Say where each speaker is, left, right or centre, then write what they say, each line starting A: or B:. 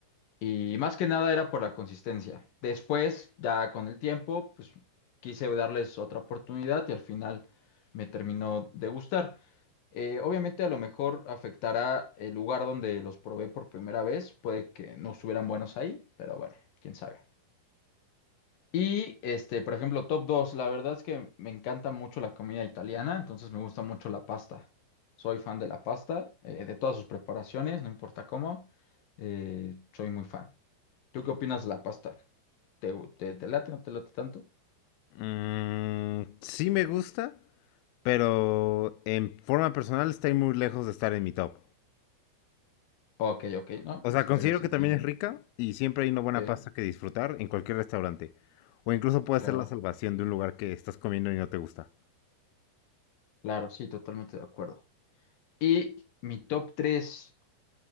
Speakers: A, on the left (about 60°); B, on the left (about 85°).
A: Y más que nada era por la consistencia. Después, ya con el tiempo, pues quise darles otra oportunidad y al final me terminó de gustar. Eh, obviamente a lo mejor afectará el lugar donde los probé por primera vez. Puede que no estuvieran buenos ahí, pero bueno, quién sabe. Y este, por ejemplo, top 2 la verdad es que me encanta mucho la comida italiana, entonces me gusta mucho la pasta. Soy fan de la pasta, eh, de todas sus preparaciones, no importa cómo, eh, soy muy fan. ¿Tú qué opinas de la pasta? ¿Te, gu- te, te late, no te late tanto?
B: Mm, sí me gusta, pero en forma personal está muy lejos de estar en mi top.
A: Ok, ok, no, pues
B: O sea,
A: está
B: considero
A: bien, se
B: que
A: entiende.
B: también es rica y siempre hay una buena
A: Sí,
B: pasta que disfrutar en cualquier restaurante. O incluso puede
A: claro,
B: ser la salvación de un lugar que estás comiendo y no te gusta.
A: claro, sí, totalmente de acuerdo. Y mi top tres,